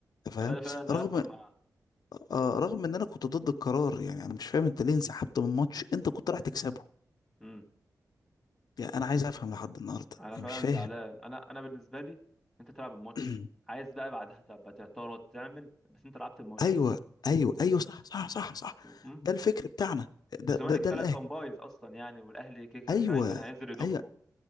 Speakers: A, on the left (about 70°); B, in the centre.
A: انت فاهم
B: وده اللي فعلا اللي
A: رغم
B: هيحصل مع
A: آه رغم ان انا كنت ضد القرار يعني انا مش فاهم انت ليه انسحبت من ماتش انت كنت رايح تكسبه
B: امم
A: يعني انا عايز افهم لحد النهارده
B: انا
A: يعني
B: فعلا
A: مش فاهم
B: زعلان انا انا بالنسبه لي انت تلعب الماتش
A: <clears throat>
B: عايز بقى بعدها تبقى تعترض تعمل بس انت لعبت الماتش
A: ايوه ايوه ايوه صح صح صح صح
B: مم.
A: ده الفكر بتاعنا ده
B: والزمالك
A: ده ده
B: فعلا
A: الاهلي
B: كان بايظ اصلا يعني والاهلي كيكا
A: ايوه
B: فعلا كان هينزل يدكه
A: ايوه